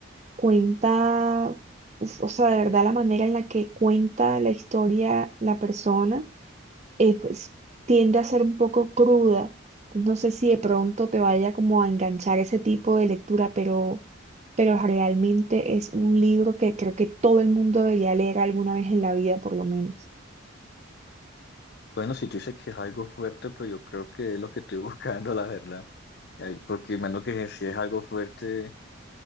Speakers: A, on the right (about 35°); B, on the left (about 50°).
A: cuenta, uf, o sea, de verdad la manera en la que cuenta la historia la persona. eh, pues tiende a ser un poco cruda. No sé si de pronto te vaya como a enganchar ese tipo de lectura, pero, pero realmente es un libro que creo que todo el mundo debería leer alguna vez en la vida, por lo menos.
B: Bueno, si tú dices que es algo fuerte, pues yo creo que es lo que estoy <laughs> buscando, la verdad. Ay, Porque menos que si es algo fuerte,